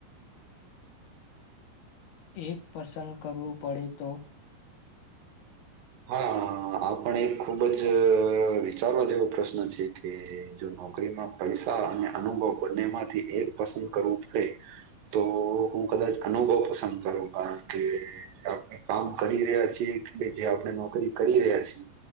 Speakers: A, on the left; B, on the right.
A: એક પસંદ કરવું પડે તો.
B: હા આપણે એક ખુબ જ વિચારવા જેવો પ્રશ્ન છે કે જો નોકરીમાં પૈસા અને અનુભવ બંને માંથી એક પસંદ કરવું પડે તો હું કદાચ અનુભવ પસંદ કરું કારણ કે આપણે કામ કરી રહ્યા છીએ કે જે આપણે નોકરી કરી રહ્યા છીએ